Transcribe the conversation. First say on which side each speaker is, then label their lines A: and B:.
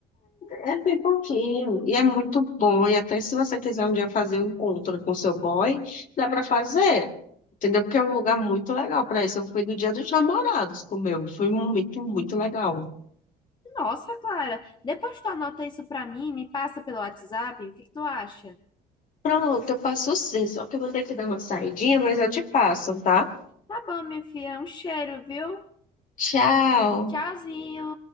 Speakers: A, on the left; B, on the left.
A: É bem pouquinho. E é muito bom. E até se você quiser um dia fazer um encontro com seu boy, dá para fazer. Entendeu? Porque é um lugar muito legal para isso. Eu fui no Dia dos Namorados com o meu. Foi muito, muito legal.
B: Nossa, Clara, depois tu anota isso pra mim, me passa pelo WhatsApp, o que que tu acha?
A: Pronto, eu passo sim. Só que eu vou ter que dar uma saidinha, mas eu te passo, tá?
B: Tá bom, minha filha, um cheiro, viu?
A: Tchau.
B: Tchauzinho.